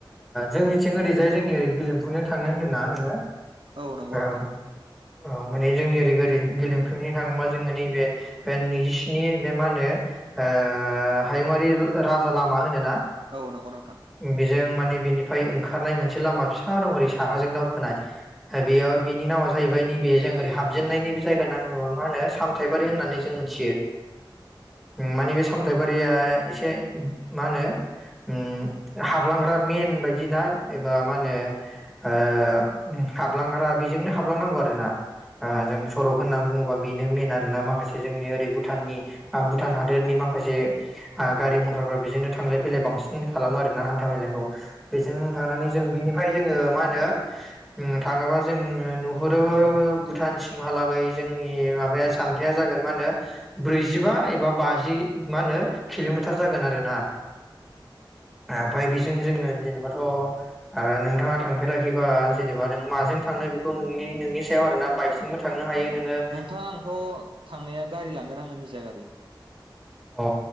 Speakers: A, in the centre; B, on the right (about 80°).
A: जोंनिथिं ओरैजाय जोंनि ओरै गेलेमफुजों थांनो होनदोंना नोङो
B: औ नंगौ नोंथां
A: औ। औ माने जोंनि ओरै ओरै गेलेमफनो थाङोबा जोङो नैबे नैजिस्नि बे मा होनो ओ हायुंआारि राजा लामा होनोना
B: औ नंगौ नोंथां।
A: बेजों माने बेनिफ्राय ओंखारनाय मोनसे लामा फिसा दं ओरै साहाजों दावखोनाय बेयाव बिनि नामा जाहैबाय नैबे जों ओरै हाब जेननायनि बे जायगा मा होनो सामथाय होननानै जों मोनथियो। मानि बे सामथायबारिया एसे मा होनो ओम हाबलांग्रा मेन बायदिना एबा मा होनो ओ हाबलांग्रा बेजोंनो हाबलांनांगौ आरो ना आ जों सरक होननानै बुङोबा बेनो मेन <unintelligible> माखासे जोंनि ओरै भुटाननि आ भुटान हादोरनि माखासे ओ गारि मथरफ्रा बेजोंनो थांलाय फैलाय बांसिन खालामो आरोना हान्था मेलाायखौ बेजों थांनानै जों बिनिफ्राय जोङो मा होनो ओम थाङोबा जों नुहरोबो भुटानसिमहालागै जोंनि माबाया जानथाया जागोन मा होनो ब्रैजिबा बा बाजि मा होनो किल'मिटार जागोन आरोना। ओमफ्राय बेजों जोङो जेनेबाथ' ओ नोंथाङा थांफेराखैबा जेनेबा नों माजों थांनो बेखौ नोंनि नोंनि सायाव आर ना बाइकजोंबो थांनो हायो
B: औ
A: नोङो।
B: नोंथाङा आंथ' थांनाया गारि लांगोन आङो निजा गारि।
A: अ